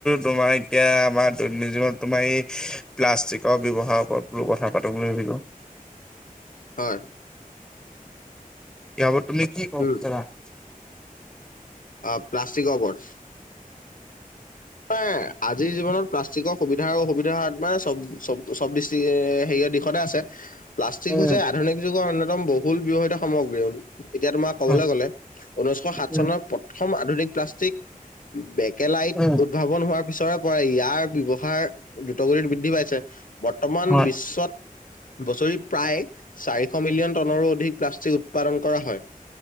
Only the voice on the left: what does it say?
হয়।
উম
অ প্লাষ্টিকৰ ওপৰত। ম আজিৰ জীৱনত প্লাষ্টিকৰ সুবিধা অসুবিধা হাত মানে চব চব চবিষ্টিক হেৰিয়ৰ দিশতে আছে৷ উ <unintelligible> প্লাষ্টিক
হৈছে আধুনিক যুগৰ অন্যতম বহুল ব্যৱহিত সামগ্ৰী। এতিয়া তোমাৰ ক'বলৈ
গ'লে ঊনৈছশ সাত
চনৰ প্ৰথম আধুনিক প্লাষ্টিক বেকেলাইট,
উৎভাৱন হোৱাৰ পিছৰে পৰাৰে ইয়াৰ ব্যৱহাৰ দ্ৰুতগতিত বৃদ্ধি পাইছে। বৰ্তমান
বিশ্বত- বছৰি প্ৰায় চাৰিশ মিলিয়ন টনৰো অধিক প্লাষ্টিক উৎপাদন কৰা হয়।